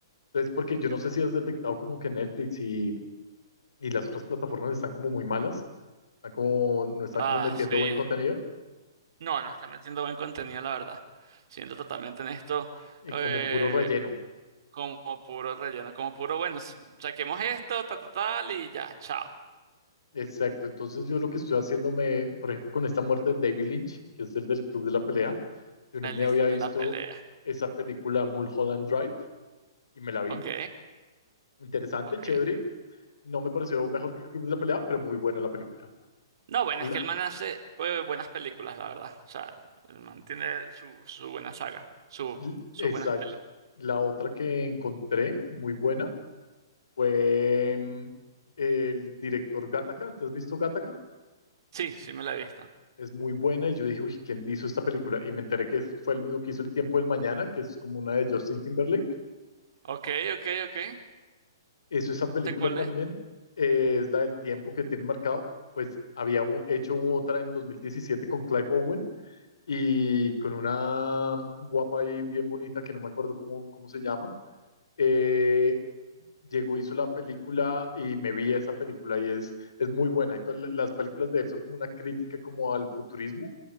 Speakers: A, on the left; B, on the right.
A: Entonces, porque yo no sé si has detectado como que Netflix y, y las otras plataformas están como muy malas, están como, no están
B: Ah,
A: como metiendo
B: sí.
A: buen contenido
B: No, no está metiendo buen contenido, la verdad. Siendo totalmente honesto,
A: y
B: eh,
A: como puro relleno.
B: como puro relleno, como puro, bueno, s- saquemos esto, ta, ta, tal, y ya, chao.
A: Exacto, entonces yo lo que estoy haciéndome, por ejemplo, con esta muerte de David Lynch, que es el del Club de la Pelea, yo no
B: El
A: me
B: del
A: había
B: Club
A: visto
B: de la Pelea.
A: esa película Mulholland Drive y me la vi.
B: Ok,
A: Interesante,
B: ok.
A: chévere. No me pareció mejor que el Club de la Pelea, pero muy buena la película.
B: No, bueno,
A: La-
B: es que el man hace eh, buenas películas, la verdad. O sea, el man tiene su, su buena saga, su,
A: l-
B: sus
A: exacto.
B: buenas peles.
A: La otra que encontré muy buena fue mm, el director Gattaca. ¿Te has visto Gattaca?
B: Sí, sí me la he visto.
A: Es muy buena y yo dije, uy, ¿quién hizo esta película? Y me enteré que fue el mismo que hizo El Tiempo del Mañana, que es como una de Justin Timberlake.
B: Ok, ok, ok.
A: Eso, esa película
B: ¿Sé cuál
A: también
B: es?
A: eh, es la del tiempo que tiene marcado. Pues había u- hecho otra en 2017 con Clive Owen y con una guapa y bien bonita que no me acuerdo cómo, cómo se llama. Eh, llegó, hizo la película y me vi esa película y es, es muy buena. Y to- la- las películas de él son como una crítica como al futurismo,